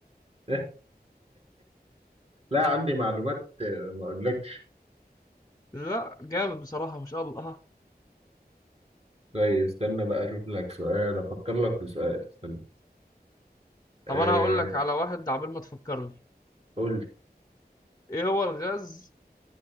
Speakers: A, on the right; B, on the left.
A: <laughs> لا عندي معلومات آه، ما اقولكش
B: لا جامد بصراحة ما شاء الله ها.
A: طيب استنى بقى اشوف لك سؤال افكر لك في سؤال استنى أه
B: طب أنا هقول لك على واحد عبال ما تفكرني
A: قول لي.
B: إيه هو الغاز